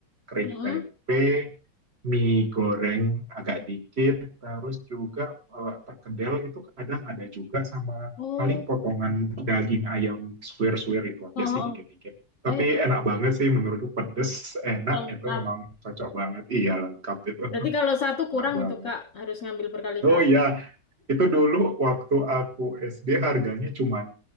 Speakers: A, on the right; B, on the left.
A: kering
B: Hmm.
A: tempe, mie goreng agak dikit, terus juga eh, perkedel itu kadang ada juga sama
B: Oh,
A: paling potongan daging ayam suwir-suwir itu aja
B: oh,
A: sih dikit-dikit.
B: oh,
A: Tapi
B: oh, ya.
A: enak banget sih menurutku pedes, enak
B: Lengkap.
A: itu memang cocok banget. Iya lengkap itu. <laughs>
B: Berarti kalau satu kurang
A: Enak banget.
B: itu Kak, harus ngambil berkali-kali.
A: Oh iya, itu dulu waktu aku SD harganya cuman